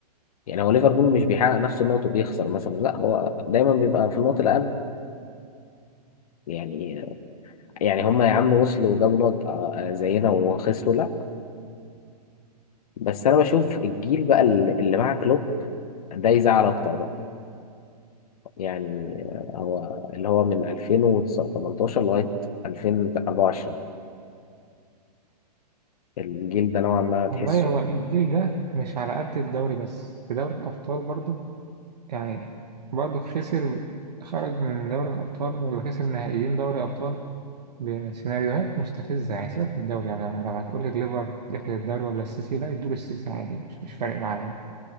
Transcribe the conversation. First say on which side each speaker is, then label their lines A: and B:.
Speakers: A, on the left (about 60°); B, on the right (about 80°).
A: يعني هو ليفربول مش بيحقق نفس النقط وبيخسر مثلا لا هو دايما بيبقى في النقط الاقل يعني يعني هم يا عم وصلوا جابوا نقط آه، آه، زينا وخسروا لا بس انا بشوف الجيل بقى اللي اللي مع كلوب ده يزعل اكتر بقى يعني آه، هو اللي هو من 2018 لغاية 2024 الجيل ده نوعا ما تحسه
B: والله هو الجيل ده مش على قد الدوري بس في دوري الأبطال برضو يعني برضو خسر خرج من دوري الأبطال ولا خسر نهائيين دوري أبطال بسيناريوهات مستفزة يعني سيبك من الدوري يعني أنا لو هتقول لي الليفر ياخد الدوري ولا السيتي لا يدور السيتي عادي مش مش فارق معايا